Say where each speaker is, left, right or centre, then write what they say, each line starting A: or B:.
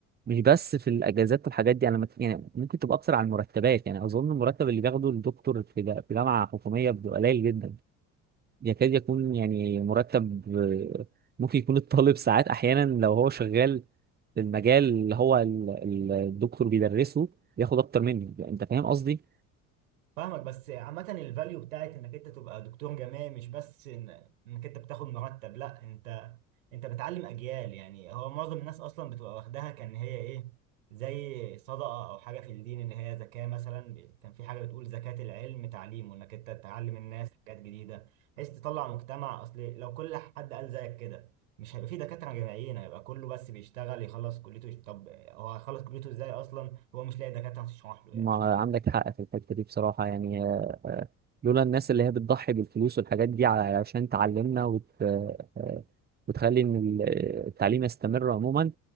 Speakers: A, on the right; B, on the right.
A: مش بس في الاجازات والحاجات دي انا مت- يعني ممكن تبقى اكتر على المرتبات يعني اظن المرتب اللي بياخده الدكتور في جا- في جامعه حكوميه بيبقى قليل جدا يكاد يكون يعني مرتب آه، ممكن يكون الطالب ساعات احيانا لو هو شغال في المجال اللي هو ال- ال- الدكتور بيدرسه بياخد اكتر منه انت فاهم قصدي؟
B: فاهمك بس عامة الفاليو بتاعت انك انت تبقى دكتور جامعي مش بس إن- انك انت بتاخد مرتب لا انت انت بتعلم اجيال يعني هو معظم الناس اصلا بتبقى واخداها كان هي ايه زي صدقة او حاجة في الدين ان هي زكاة مثلا كان في حاجة بتقول زكاة العلم تعليمه انك انت تعلم الناس حاجات جديدة بحيث تطلع مجتمع اصل لو كل حد قال زيك كده مش هيبقى في دكاترة جامعيين هيبقى كله بس بيشتغل يخلص كليته طب هو هيخلص كليته ازاي اصلا هو مش لاقي دكاترة تشرح له
A: ما
B: يعني
A: عندك حق في الحتة دي بصراحة يعني آه، آه، لولا الناس اللي هي بتضحي بالفلوس والحاجات دي على- علشان تعلمنا وت... آه، آه، وتخلي إن ال- آه، التعليم يستمر عموما